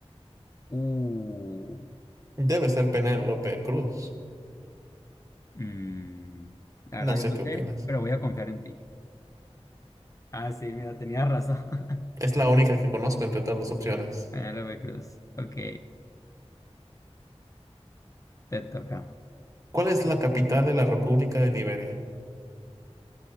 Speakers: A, on the left; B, on the right.
A: Uh,
B: debe ser Penélope Cruz.
A: mm, la
B: No
A: verdad
B: sé
A: yo no
B: qué
A: sé,
B: opinas.
A: pero voy a confiar en ti. Ah, sí, mira, tenía razón. <laughs>
B: Es la única que conozco entre todas las opciones.
A: Penélope Cruz. Ok, te toca.
B: ¿Cuál es la capital de la República de Liberia?